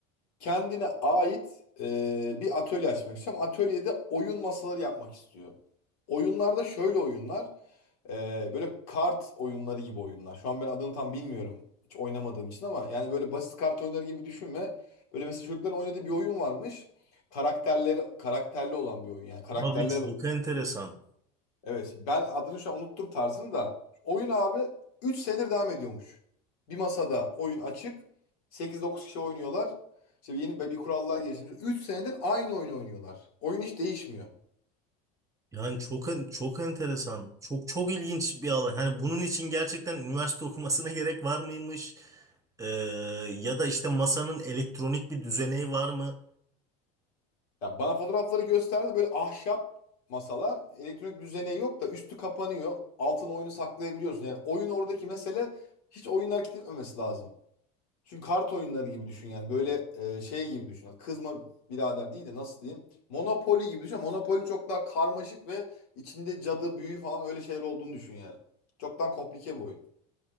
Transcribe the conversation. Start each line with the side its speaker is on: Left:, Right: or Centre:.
Left: kendine ait e, bir atölye açmak istiyorum. Atölyede oyun masaları yapmak istiyor. Oyunlarda şöyle oyunlar. e, böyle kart oyunları gibi oyunlar. Şu an ben adını tam bilmiyorum. Hiç oynamadığım için ama yani böyle basit kart oyunları gibi düşünme. Böyle mesela çocukların oynadığı bir oyun varmış. Karakterleri karakterli olan bir oyun yani. Karakterlere
Right: Abi çok
Left: Hmm.
Right: enteresan.
Left: Evet ben adını şu an unuttum tarzını da. Oyun abi 3 senedir devam ediyormuş. Bir masada oyun açık. sekiz dokuz kişi oynuyorlar. İşte yeni bir bir kurallar geliştirmiş. 3 senedir aynı oyunu oynuyorlar. Oyun hiç değişmiyor.
Right: Yani çok en- çok enteresan. Çok çok ilginç bir alan. Hani bunun için gerçekten üniversite <laughs> okumasına gerek var mıymış? E, ya da işte masanın elektronik bir düzeneği var mı?
Left: Ya bana fotoğrafları gösterdi böyle ahşap masalar. Elektronik düzeneği yok da üstü kapanıyor. Altın oyunu saklayabiliyorsun. Yani oyun oradaki mesele hiç oyun hareket etmemesi lazım. Çünkü kart oyunları gibi düşün yani. Böyle e, şey gibi düşün. Kızma birader değil de nasıl diyeyim? Monopoly gibi düşün. Monopoly çok daha karmaşık ve içinde cadı, büyü falan öyle şeyler olduğunu düşün yani. Çok daha komplike bir oyun.